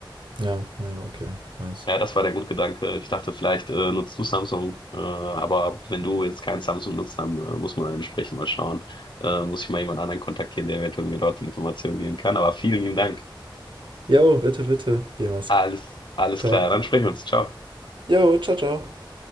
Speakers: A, on the right; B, on the left.
A: Ja, ja, okay, nice.
B: Ja, das war der Grundgedanke. Ich dachte, vielleicht äh, nutzt du Samsung, äh, aber wenn du jetzt kein Samsung nutzt, dann äh, muss man entsprechend mal schauen. Äh, muss ich mal jemand anderen kontaktieren, der eventuell mir dort die Informationen geben kann. Aber vielen lieben Dank.
A: Jo, bitte, bitte, jemals.
B: Alles, alles
A: Ciao.
B: klar. Dann sprechen wir uns. Ciao.
A: Jo, ciao, ciao.